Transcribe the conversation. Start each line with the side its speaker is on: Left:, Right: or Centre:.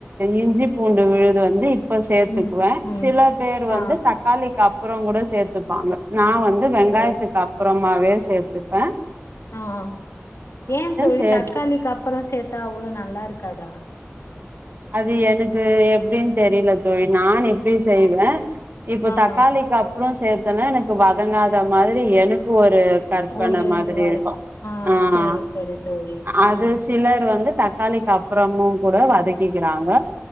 Right: இஞ்சி பூண்டு விழுது வந்து இப்ப சேத்துக்குவே
Left: ம் ம்
Right: சில பேர்
Left: ஆ
Right: வந்து க்கு அப்புறம் கூட சேத்துப்பாங்க நா வந்து வெங்காயத்துக்கு
Left: ஓ
Right: அப்புறமாவே சே சேத்துப்ப
Left: ஆ ஆஹ் ஏந் தோழி
Right: சேத்து
Left: தக்காளிக்கு அப்புற சேத்தா அவ்ளோ நல்லா இருக்காதா
Right: அது எனக்கு எப்படின்னு தெரில தோழி நானு ப்படி செய்வே
Left: ஆ
Right: இப்ப
Left: ஆ
Right: தக்காளிக்கு அப்ற சேத்தனா எனக்கு வதங்காத மாதிரி எனக்கு ஒரு கற்பன
Left: ஒரு
Right: மாதிரி
Left: இதுவா
Right: இருக்கு
Left: ஆ
Right: ஆஹ்
Left: சேரி சேரி தோழி ஆ
Right: அது சிலர் வந்து தக்காளிக்கு அப்புறமு கூட வதக் கிக்கிறாங்க